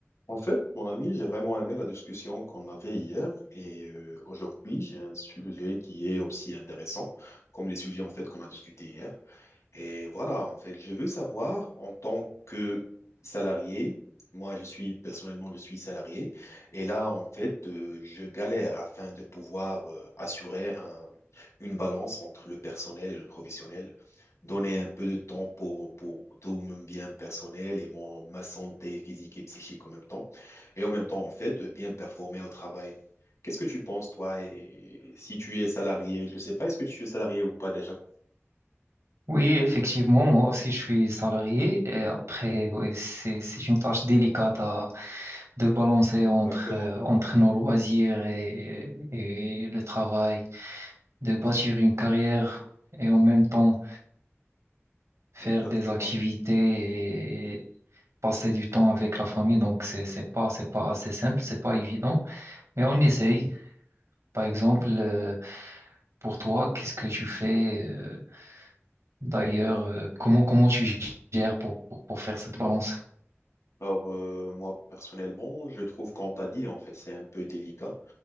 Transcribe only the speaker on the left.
En fait, mon ami, j'ai vraiment aimé la discussion qu'on avait hier et euh, aujourd'hui, j'ai un sujet qui est aussi intéressant comme les sujets en fait qu'on a discutés hier. Et voilà, en fait, je veux savoir en tant que salarié, moi je suis personnellement, je suis salarié, et là, en fait, euh, je galère afin de pouvoir euh, assurer un- une balance entre le personnel et le professionnel, donner un peu de temps pour, pour tout mon bien personnel et mon, ma santé physique et psychique en même temps, et en même temps, en fait, euh, bien performer au travail. Qu'est-ce que tu penses, toi, et si tu es salarié, je ne sais pas, est-ce que tu es salarié ou pas déjà?
Exactement.
Exactement.
Alors, euh, moi, personnellement, je trouve, comme t'as dit, en fait, c'est un peu délicat.